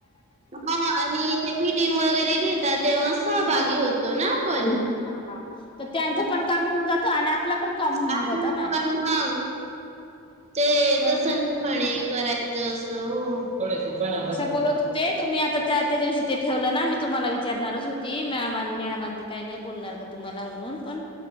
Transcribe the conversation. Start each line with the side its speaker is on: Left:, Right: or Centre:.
Right: हा आणि ते मीटिंग वगैरे घेेतात तेव्हा सहभागी होत. तो ना आपण.
Left: हा तर त्यांचं
Right: मी
Left: पण काम होऊन जातं आणि आपलं पण काम होऊन
Right: आ
Left: जातं
Right: प ना <unintelligible> ते
Left: पण
Right: तस नाही
Left: बोलत
Right: म्हणे करायचं असं हो. थोडशी बनवलं
Left: असा
Right: सगळं
Left: बोलत होते, तुम्ही आता त्या. त्या दिवशी ते ठेवलं ना मी तुम्हाला विचारणारच होती, मॅम आण मॅडमन आण ते काही नाही बोलणार का, तुम्हाला म्हणून पण.